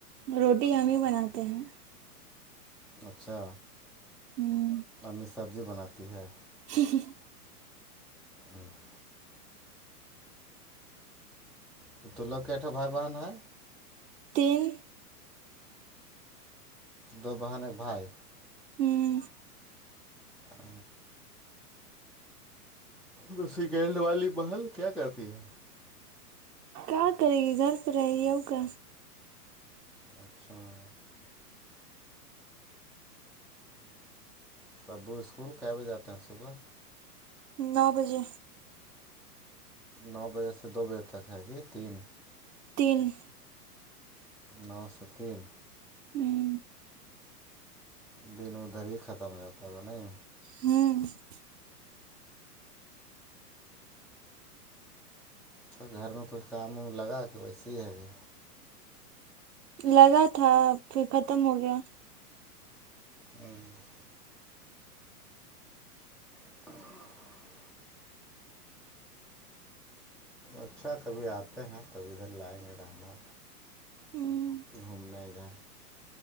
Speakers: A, on the right; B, in the centre.
A: روٹی ہم ہی بناتے ہیں
B: اچھا
A: ہ
B: امی سبزی بناتی ہے
A: ہی ہ <unintelligible>
B: ہاں <unintelligible> تو تو لو کےٹا بھائی بہن ہے
A: تین <unintelligible>
B: دو بہن ایک بھائی
A: ہوں <unintelligible>
B: ہ تو سیکینڈ والی محل کیا کرتی ہے
A: کیا کرے گی گھر پہ رہے گی ا کا
B: اچھا <unintelligible> تب وہ اسکول ک بجے آتے ہیں صبح
A: نو بجے
B: نو بجے سے دو بجے تک ہے کہی تین
A: تین <unintelligible>
B: نو سو تین
A: ہوں <unintelligible>
B: دن ادھر ہی ختم ہو جاتتاگ نہیں
A: ہوں <unintelligible>
B: تو گھر میں کچھ کام وم لگا کے ویسیے ہی ہے بھی
A: لگا تھا پھر ختم ہو گیا
B: ہوں <unintelligible> ہاں <unintelligible> اچھا کبھی آتے ہیں کبھی ادھر لائیں گے رہنا
A: ہوں <unintelligible>
B: گھومنا دہ